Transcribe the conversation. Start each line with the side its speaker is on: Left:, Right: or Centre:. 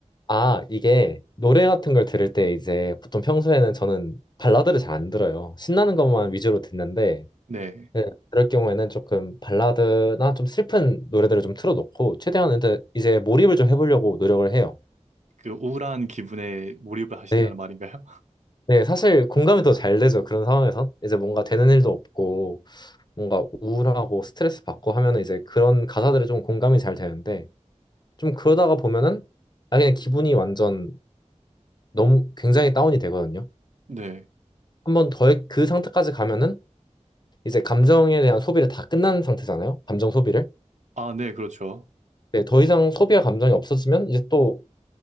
Left: 아, 이게 노래 같은 걸 들을 때 이제 보통 평소에는 저는 발라드를 잘 안 들어요. 신나는 것만 위주로 듣는데,
Right: 네.
Left: 네, 그럴 경우에는 조금 발라드나 좀 슬픈 노래들을 좀 틀어놓고, 최대한 이제 이제 몰입을 좀 해보려고 노력을 해요.
Right: 그 우울한 기분에 몰입을 하신다는
Left: 네,
Right: 말인가요? <laughs>
Left: 네, 사실 공감이 더 잘 되죠. 그런 상황에선. 이제 뭔가 되는 일도 없고, 뭔가 우울하고 스트레스 받고 하면은 이제 그런 가사들이 좀 공감이 잘 되는데, 좀 그러다가 보면은, 아, 그냥 기분이 완전 너무 굉장히 다운이 되거든요.
Right: 네.
Left: 한번 더 그 상태까지 가면은, 이제 감정에 대한 소비를 다 끝난 상태잖아요. 감정 소비를.
Right: 아, 네, 그렇죠.
Left: 네, 더 이상 소비할 감정이 없어지면 이제 또